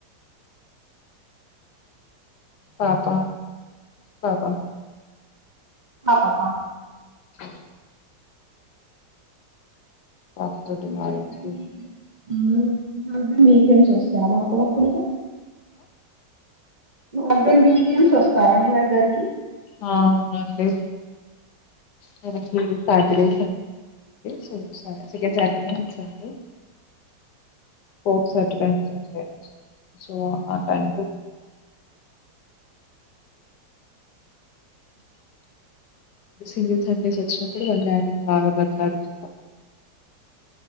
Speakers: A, on the left (about 70°); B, on the right (about 30°).
A: పాప పాప
B: ఆపాపాప
A: అ పాపతోటి
B: మీస్బడ్
A: బాగా ఎక్స్పీరియన్స్
B: హస్బెండ్ వీకెండ్స్ వస్తే అ అక్కడప్పుడిక ను్ హస్బెండ్ వీకెండ్స్ వస్తారా మీ దగ్గరికి
A: ఆ అవునండి మనకి సాటర్డే సే స చ హ స సో ఆ టైం సింగిల్ ఫ్యామిలీస్ వచ్చినప్పుడు వాళ్ళు ఆయనకి బాగా బట్లాడుతు